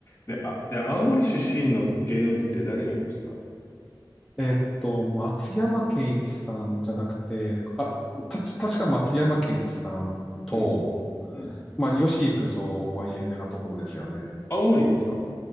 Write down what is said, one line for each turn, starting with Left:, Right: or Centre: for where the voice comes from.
Left: で、あ、で、青森出身の芸能人って誰がいるんですか
Centre: えっと、松山健一さんじゃなくて、あ、た、確か松山健一さんと、
Left: うん。うん。
Centre: まあ、吉幾三は有名なところですよね。
Left: 青森ですか